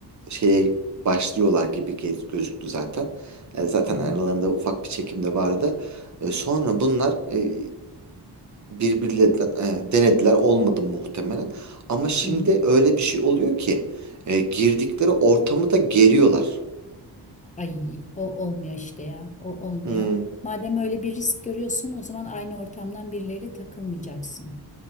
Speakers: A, on the right; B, on the left.
A: şeye başlıyorlar gibi gez- gözüktü zaten. E, zaten
B: hı.
A: aralarında ufak bir çekim de vardı. E, sonra bunlar e, birbirlerinden e, denediler olmadı muhtemelen. Ama şimdi
B: hı, hı.
A: öyle bir şey oluyor ki e, girdikleri ortamı da geriyorlar.
B: Ay o olmuyor işte ya. O olmuyor.
A: Hmm.
B: Madem öyle bir risk görüyorsun, o zaman aynı ortamdan birileriyle takılmayacaksın